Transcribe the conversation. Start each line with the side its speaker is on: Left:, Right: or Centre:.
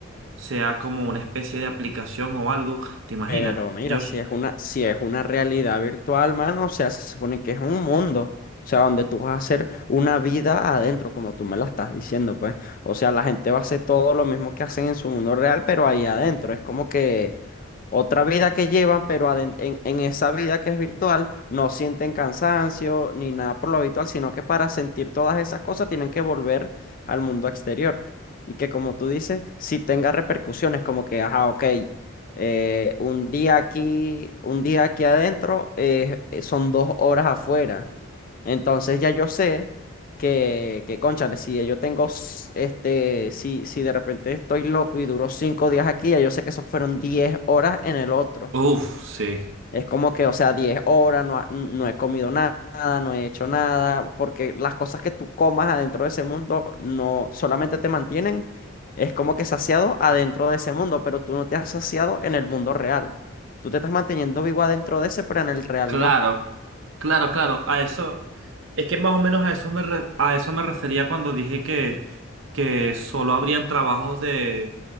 Right: sea como una especie de aplicación o algo. ¿Te imaginas,
Left: Pero mira,
Right: Josh?
Left: si es una, si es una realidad virtual, mano, o sea, se supone que es un mundo, o sea, donde tú vas a hacer una vida adentro, como tú me lo estás diciendo, pues. O sea, la gente va a hacer todo lo mismo que hacen en su mundo real, pero ahí adentro. Es como que otra vida que llevan, pero aden- en, en esa vida que es virtual no sienten cansancio ni nada por lo habitual, sino que para sentir todas esas cosas tienen que volver al mundo exterior. Y que como tú dices, si tenga repercusiones, como que, ajá, ok, eh, un día aquí, un día aquí adentro eh, eh, son dos horas afuera. Entonces ya yo sé que, que cónchale, si yo tengo, s- este, si, si de repente estoy loco y duró cinco días aquí, ya yo sé que eso fueron 10 horas en el otro.
Right: Uf, sí.
Left: Es como que, o sea, 10 horas, no, ha- no he comido nada, no he hecho nada, porque las cosas que tú comas adentro de ese mundo no solamente te mantienen, es como que saciado adentro de ese mundo, pero tú no te has saciado en el mundo real. Tú te estás manteniendo vivo adentro de ese, pero en el real
Right: Claro,
Left: no.
Right: claro, claro. A eso, es que más o menos a eso me re- a eso me refería cuando dije que, que solo habrían trabajos de,